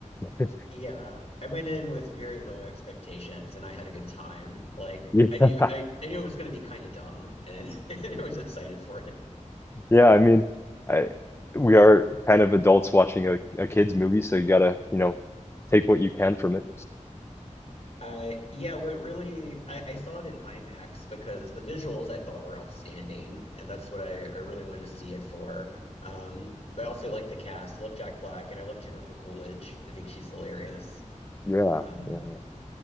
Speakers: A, on the left; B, on the left.
A: <laughs>
B: Yeah, I went in with very low expectations and I had a good time. Like
A: Yeah.
B: I knew
A: <laughs>
B: I, I knew it was going to be kind of dumb and <laughs> and I was excited for it.
A: Yeah, I mean, I we are kind of adults watching a, a kid's movie, so you gotta, you know, take what you can from it.
B: Uh, yeah, what really, I, I saw it in IMAX because the visuals I thought were outstanding, and that's what I, I really wanted to see it for. Um, but I also like the cast. Love Jack Black, and I love Jennifer Coolidge. I think she's hilarious.
A: Yeah,
B: Um,
A: yeah,